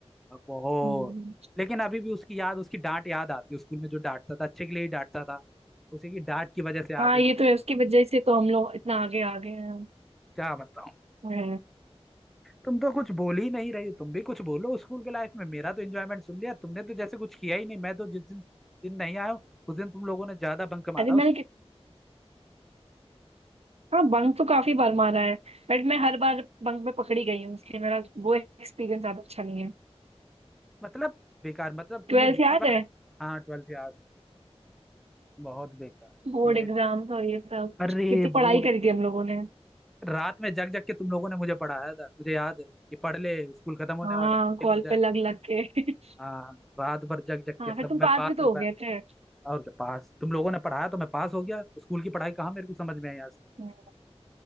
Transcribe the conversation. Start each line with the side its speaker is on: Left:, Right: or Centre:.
Centre: बहुत
Right: हम्म।
Centre: लेकिन अभी भी उसकी याद उसकी डांट याद आती है स्कूल में जो डांटता था अच्छे के लिए ही डांटता था उसी की डांट की वजह से
Right: हाँ
Centre: आज
Right: ये तो है उसकी वजह से तो हम लोग इतना आगे आ गए हैं
Centre: क्या बताऊं
Right: हम्म।
Centre: तुम तो कुछ बोल ही नहीं रही हो तुम भी कुछ बोलो स्कूल के लाइफ में मेरा तो एंजॉयमेंट सुन लिया तुमने तो जैसे कुछ किया ही नहीं मैं तो जिस दिन दिन नहीं आया हूं, उस दिन तुम लोगों ने ज्यादा बंक मारा
Right: अरे मैंने
Centre: उस
Right: कि- हाँ बंक तो काफी बार मारा है बट मैं हर बार बंक में पकड़ी गई हूँ इसलिए मेरा वो एक्सपीरियंस ज्यादा अच्छा नहीं है
Centre: मतलब बेकार मतलब तुमने
Right: ट्वेल्थ
Centre: जितनी
Right: याद
Centre: बार
Right: है
Centre: हाँ ट्वेल्थ याद है बहुत बेकार
Right: बोर्ड
Centre: मेरे
Right: एग्जाम्स और ये सब
Centre: अरे
Right: कितनी पढ़ाई
Centre: बोर्ड
Right: करी थी हम लोगों ने
Centre: रात में जग जग के तुम लोगों ने मुझे पढ़ाया था मुझे याद है कि पढ़ ले स्कूल खत्म होने
Right: हाँ
Centre: वाला है,
Right: कॉल
Centre: फेल हो जाए
Right: पे लग लग के <laughs>
Centre: हाँ रात भर जग जग
Right: हाँ
Centre: के
Right: फिर
Centre: तब
Right: तुम
Centre: मैं
Right: पास
Centre: पास
Right: भी तो
Centre: हो पाया
Right: हो गए थे
Centre: और क्या पास तुम लोगों ने पढ़ाया तो मैं पास हो गया स्कूल की पढ़ाई कहाँ मेरे को समझ में आई आज तक
Right: हम्म,